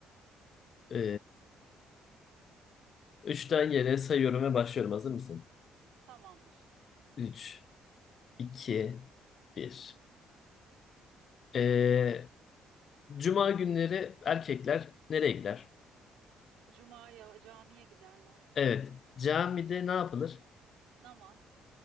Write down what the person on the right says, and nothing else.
Tamamdır.
Cuma'ya camiye giderler.
Namaz,